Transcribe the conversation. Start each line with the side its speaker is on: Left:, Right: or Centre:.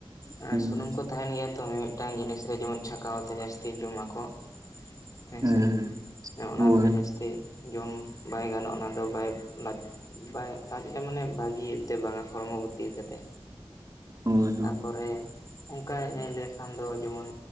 Left: ᱮ
Right: ᱦᱳᱭ
Left: ᱥᱩᱱᱩᱢ ᱠᱚ ᱛᱟᱦᱮᱱ ᱜᱮᱭᱟ ᱛᱚ ᱢᱤᱼᱢᱤᱫ ᱢᱤᱫ ᱴᱟᱝ ᱡᱤᱱᱤᱥ ᱨᱮ ᱡᱮᱢᱚᱱ ᱪᱷᱟᱸᱠᱟᱣᱛᱮ ᱡᱟᱹᱥᱛᱤ ᱡᱚᱢᱟᱠᱚ᱾ ᱦᱳᱭ
Right: ᱦᱮᱸ
Left: ᱥᱮ
Right: ᱦᱮᱸ
Left: ᱚᱱᱟ
Right: ᱦᱳᱭ
Left: ᱨᱮᱫᱚ ᱡᱟᱹᱥᱛᱤ ᱡᱚᱢ ᱵᱟᱭ ᱜᱟᱱᱚᱜᱼᱟ ᱚᱱᱟ ᱫᱚ ᱵᱟᱭ ᱞᱟᱡ ᱵᱟᱭ ᱞᱟᱡ ᱨᱮ ᱢᱟᱱᱮ ᱵᱷᱟᱜᱤ ᱛᱮ ᱵᱟᱝᱟ ᱦᱚᱲᱢᱚ ᱵᱚᱨᱛᱤ ᱠᱟᱛᱮ,
Right: ᱦᱳᱭ ᱦᱳᱭ
Left: ᱛᱟᱯᱚᱨᱮ ᱚᱱᱠᱟ ᱧᱮᱞ ᱠᱷᱟᱱ ᱫᱚ ᱡᱮᱢᱚᱱ